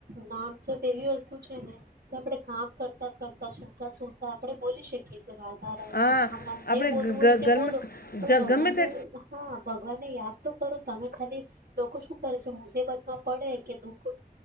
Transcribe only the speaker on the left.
હા
આપણે
ઘરમાં
ગમે તે